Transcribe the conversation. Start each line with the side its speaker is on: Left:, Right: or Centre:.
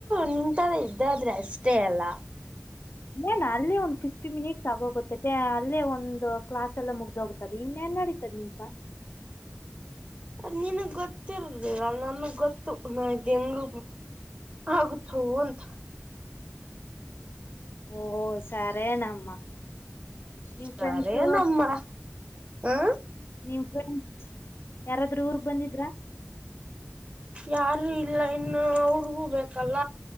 Right: ನಿಂತ ಇದ್ದಾದ್ರೆ ಅಷ್ಟೇ ಅಲ್ಲ
Left: ಏನ್ ಅಲ್ಲೇ ಒಂದು ಫಿಫ್ಟಿ ಮಿನಿಟ್ಸ್ ಆಗೋಗುತ್ತೆ ಅಲ್ಲೇ ಒಂದು ಕ್ಲಾಸ್ ಎಲ್ಲಾ ಮುಗ್ದ ಹೋಗುತ್ತೆ. ಮತ್ತದ ಇನ್ನೇ ಏನ್ ನಡಿತದ ನಿಮಗಾ
Right: ಅದು ನಿನಗ್ ಗೊತ್ತಿಲ್ವ ಅದ್ ನನಗ್ ಗೊತ್ತು ಮಾಡಿಂಗ್ ಆಗುತ್ತೊ ಅಂತ
Left: ಓಹೋ ಸರೇನಮ್ಮ ನಿಮ್ ಫ್ರೆಂಡ್ಸು
Right: ಸರೇನಮ್ಮ ಹಾ
Left: ನಿಮ್ ಫ್ರೆಂಡ್ಸ್ ಯಾರಾದ್ರೂ ಊರ್ಗ್ ಬಂದಿದ್ರಾ.
Right: ಯಾರು ಇಲ್ಲ ಇನ್ನು ಅವರಗೂ ಬೇಕಲ್ಲ.